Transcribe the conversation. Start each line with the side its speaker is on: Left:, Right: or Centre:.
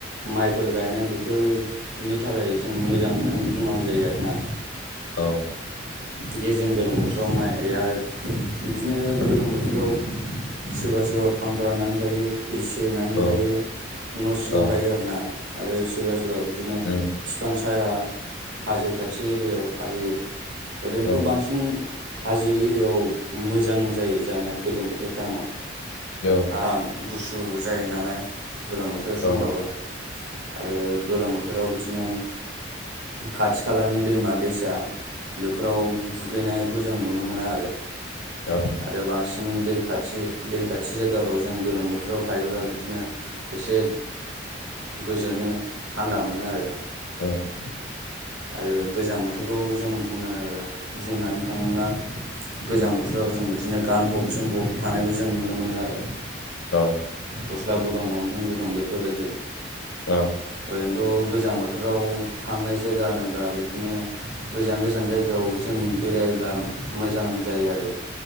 Right: माइफोर गायनाय बेफोरनि थाखाय जों मोजां होननानै बुंनांगौ जायो आरोना
Left: औ
Right: जे जों गोलोम बोथोराव माइ आरो बिदिनो गोलोम बोथोराव सोरबा सोरबा फांखा होनानै थायो एसे होननानै
Left: औ
Right: थायो न' सिङाव
Left: औ
Right: थायो आरोना आरो सोरबा सोरबा बिदिनो
Left: उम
Right: बिफां साया हाजो खाथि एरियायाव थाहैयो ओरैनोथ'
Left: औ
Right: बांसिन हाजो एरियायाव मोजां जायो जानाया गोलोम बोथोर टाइमाव
Left: औ
Right: आराम गुसु जायो नालाय गोलोम बोथोर समबाबो
Left: औ उम औ
Right: आरो गोलोम बोथोर बोथोराव बिदिनो खाथि खालानि दैमा दैसा बेफोराव दुगैनायखौ जों नुनो मोनो आरो
Left: औ
Right: आरो बांसिन दै खाथि दै खाथि जायगाफ्राव जों गोलोम बोथोराव थायोब्ला बिदिनो एसे गोजोनो थान्दा मोनो आरो
Left: <inaudible>
Right: आरो गोजां बोथोरखौ जों बुंनो बुंनानै थाङोब्ला गोजां बोथोराव जों बिदिनो गानफब जोमफब थानायखौ जों नुनो मोनो आरो
Left: औ
Right: गस्ला गुदुं लंफेन गुदुं बेफोरबायदि
Left: औ
Right: ओरैनोथ' गोजां बोथोराव थांनाय जायगा होनोब्ला बिदिनो गोजान गोजान जायगायाव जों बेरायब्ला मोजां जायो आरो